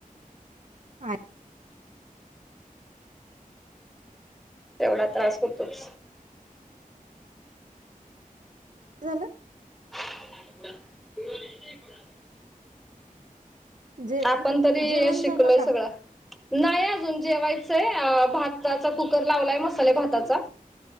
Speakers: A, on the right (about 60°); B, in the centre.
A: हाय,
B: तेवढा त्रास होतोच.
A: झालं,
B: त,
A: जेवण
B: आपण तरी
A: जेवण
B: शिकलोय
A: झालं का
B: सगळां! नाही अजून जेवायचंय अ भाताचा कुकर लावलाय मसाले भाताचा.